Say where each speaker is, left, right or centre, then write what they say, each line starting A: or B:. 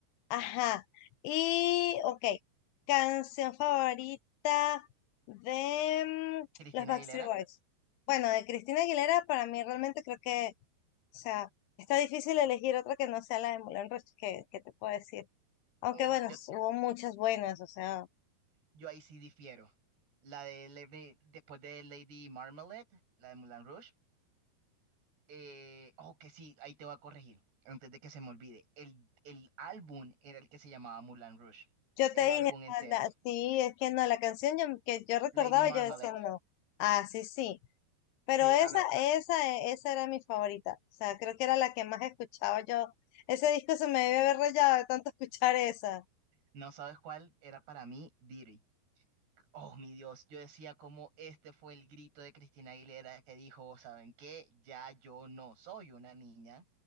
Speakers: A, on the left (about 80°); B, on the right (about 75°).
A: Ajá. Y, ok, canción favorita de mm,
B: Cristina
A: los Backstreet
B: Aguilera.
A: Boys. Bueno, de Cristina Aguilera, para mí realmente creo que, o sea, está difícil elegir otra que no sea la de Moulin Rouge, que, que te puedo decir. Aunque
B: Oh,
A: bueno,
B: yo,
A: hubo muchas buenas, o sea.
B: yo ahí sí difiero. La de Lady- después de Lady Marmalade, la de Moulin Rouge. Eh, oh, que sí, ahí te voy a corregir, antes de que se me olvide. El, el álbum era el que se llamaba Moulin Rouge,
A: Yo
B: el
A: te dije,
B: álbum entero.
A: "Ah, la- sí, es que no, la canción yo- que yo recordaba,
B: Lady Marmalade.
A: yo decía no. Ah, sí, sí. Pero
B: Sí,
A: esa,
B: ahora
A: esa, eh, esa era mi favorita. O sea, creo que era la que más escuchaba yo. Ese disco se me debe haber rayado de tanto <laughs> escuchar esa.
B: no sabes cuál era para mí, Diddy. Oh, mi Dios, yo decía como este fue el grito de Cristina Aguilera que dijo, ¿saben qué? Ya yo no soy una niña,